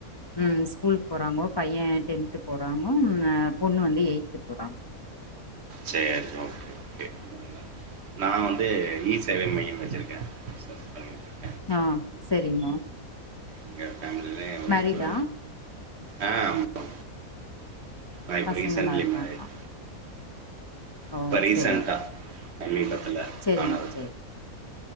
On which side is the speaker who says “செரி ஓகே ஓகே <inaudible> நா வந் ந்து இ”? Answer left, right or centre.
Right